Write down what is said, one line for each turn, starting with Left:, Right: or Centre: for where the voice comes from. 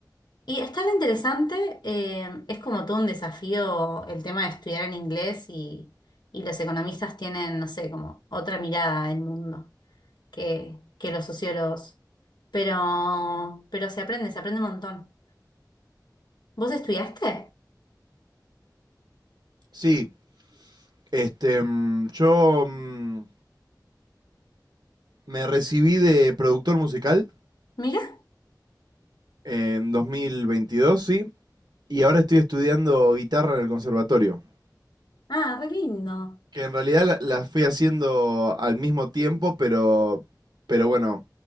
Left: Y está re interesante, eh, es como todo un desafío el tema de estudiar en inglés y, y los economistas tienen, no sé, como otra mirada del mundo que, que los sociólogos. Pero, pero se aprende, se aprende un montón. ¿Vos estudiaste?
Right: Sí, este, mm, yo mm, me recibí de productor musical
Left: Mira.
Right: en 2022, sí, y ahora estoy estudiando guitarra en el conservatorio.
Left: Ah, re lindo,
Right: Que en realidad la- las fui haciendo al mismo tiempo, pero, pero bueno,